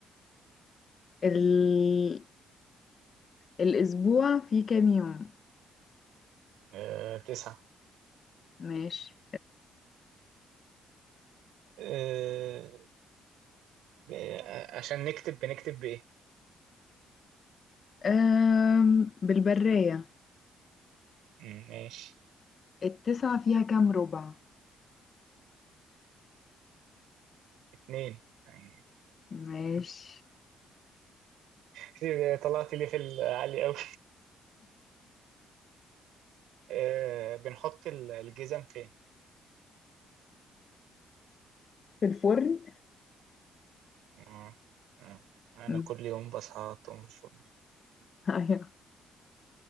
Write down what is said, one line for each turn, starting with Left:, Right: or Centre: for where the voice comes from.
Left: ال... الأسبوع فيه كام يوم
Right: آه، تسعة
Left: ماشي
Right: آه، ب- آه، عشان نكتب بنكتب بايه؟
Left: أم بالبرية
Right: مم، ماشي
Left: التسعة فيها كام ربع
Right: اتنين آه،
Left: ماشي
Right: كتير طلعت لي في العالي قوي آه، بنحط ال- الجزم فين
Left: في الفرن <laughs>
Right: آه، آه. أنا
Left: م-
Right: كل يوم بصحى على طول الفل.
Left: أيوة